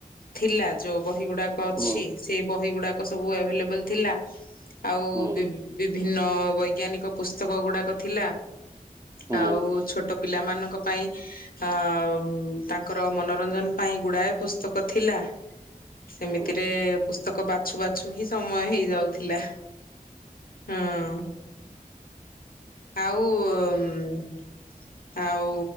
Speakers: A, on the left; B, on the right.
A: ଥିଲା ଯୋଉ ବହି ଗୁଡାକ ଅଛି
B: ହୁଁ
A: ସେ ବହି ଗୁଡାକ ସବୁ ଏଭେଲେବଲ ଥିଲା ଆଉ
B: ହୁଁ
A: ବି ବିଭିନ୍ନ ବୈଜ୍ଞାନିକ ପୁସ୍ତକ ଗୁଡାକ ଥିଲା।
B: ହୁଁ
A: ଆଉ
B: ହୁଁ,
A: ଛୋଟ ପିଲା ମାନଙ୍କ ପାଇଁ ଆ ତାଙ୍କର ମନ ନୋରଞ୍ଜନ ପାଇଁ ଗୁଡ଼ାଏ ପୁସ୍ତକ ଥିଲା ସେମିତିରେ
B: ହଁ
A: ପୁସ୍ତକ ବାଛୁ ବାଛୁ ହିଁ ସମୟ ହେଇଯାଉଥିଲା। ହୁଁ। ଆଉ ଉମ ଆଉ